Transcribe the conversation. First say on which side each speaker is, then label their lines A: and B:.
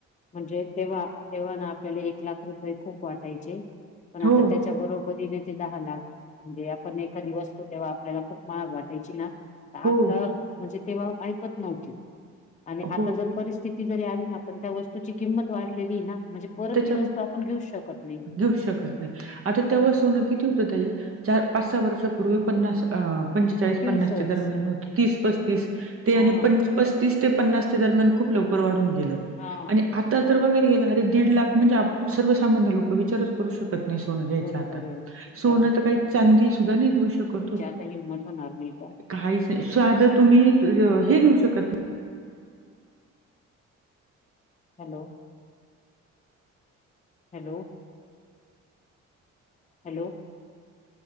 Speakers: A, on the left; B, on the right.
A: म्हणजे तेव्हा तेव्हा ना आपल्याला एक लाख रुपये खूप वाटायचे. पण आता
B: हो,
A: त्याच्या बरोबरीने ते दहा लाख- म्हणजे आपण एखादी वस्तू तेव्हा आपल्याला खूप महाग वाटायची ना? आत्ता
B: हो,
A: - म्हणजे तेव्हा ऐपत नव्हती. आणि आता
B: हो.
A: जर परिस्थिती - -ती जरी आली ना? पण त्या वस्तूची किंमत वाढलेली ए ना? म्हणजे परत
B: त्याच्यामुळे
A: ती वस्तू आपण घेऊच शकत नाही.
B: घेऊ शकत नाही. आता तेव्हा
A: हं. हं.
B: सोनं किती होत ताई. चार पाच सहा वर्षापूर्वी पन्नास अ- पंचेचाळीस
A: ती
B: पन्नास
A: सहज
B: च्या दरम्यान होत. तीस पस्तीस ते
A: हा
B: आणि पंच पस्ती - तीस ते पन्नास च्या दरम्यान खूप लवकर वाढून गेल,
A: हा
B: आणि आता तर बघायला गेल दीड लाख म्हणजे आप सर्वसामान्य लोक विचारच करू शकत नाही सोनं घ्यायच
A: बरोबर
B: आता,
A: आहे.
B: सोनं
A: अ,
B: तर काय चांदी सुद्धा नाही घेऊ शकतो
A: नाही, हिंमत होणार नाही आता.
B: काहीच नाही! साधं तुम्ही य हे घेऊ शकत नाही.
A: Hello- hello. हॅलो.